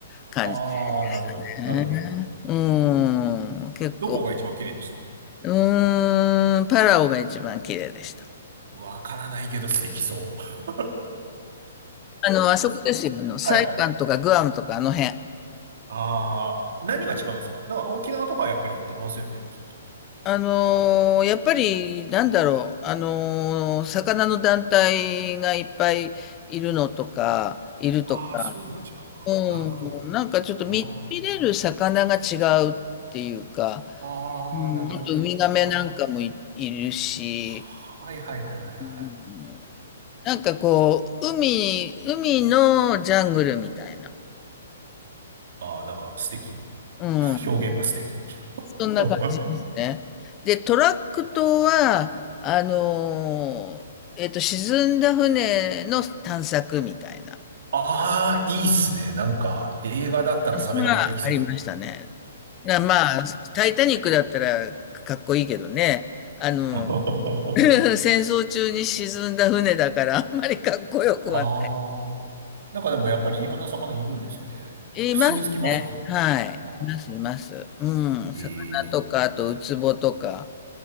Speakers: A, on the left; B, on the right.
A: 感じ
B: ああ、なるほど。
A: ね。
B: なるほど。
A: うん。結構
B: どこが一番綺麗でした
A: うーん、パラオが一番綺麗でした。
B: わからないけど素敵そう。<laughs>
A: あの、あそこですよ。あの、サイパンとかグアムとかあの辺。
B: はい。ああ、何が違うんですかなんか沖縄とかはやっぱり行ってますよね、きっと。
A: あのーやっぱり、なんだろう、あのー魚の団体がいっぱいいるのとか、いるとか、
B: ああ、そういうのが違うのか。
A: うん、
B: なるほど。
A: なんかちょっと見、
B: あ
A: 見れる魚が違うっていうか、
B: あ、
A: うん、
B: ああ、なるほどね。
A: あとウミガメなんかもい、
B: あ
A: いるし、
B: あ、はいはいはいはいはい。
A: うん、なんかこう、海、海のジャングルみたいな。
B: ああ、なんか素敵。
A: うん。
B: <laughs> 表現が素敵。
A: そんな感じですね。
B: <laughs>
A: で、トラック島は、あのーえっと、沈んだ船の探索みたいな、
B: ああ、いいっすね。なんか、映画だったらサメが出てきそうな。
A: そんなのがありましたね。な、まあ、タイタニックだったらかっこいいけどね、あの、
B: <laughs>
A: <laughs> 戦争中に沈んだ船だから、あんまりかっこよくはな
B: ああ。なんかでもやっぱりいろんな魚いるんですよね。
A: い。
B: 住み着きますも
A: いますね。はい。
B: ん。
A: います、
B: あ
A: います。うん。
B: ーへ
A: 魚とか、
B: え。
A: あと、ウツボとか、